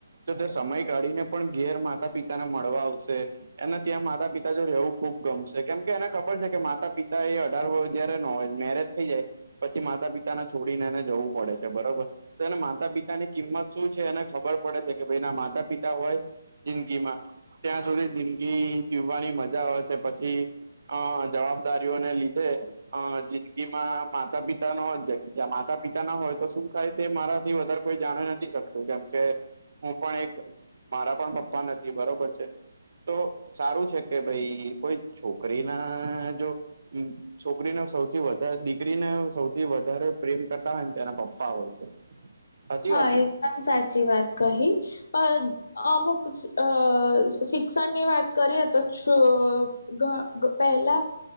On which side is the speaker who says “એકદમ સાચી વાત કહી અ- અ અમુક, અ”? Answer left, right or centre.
Left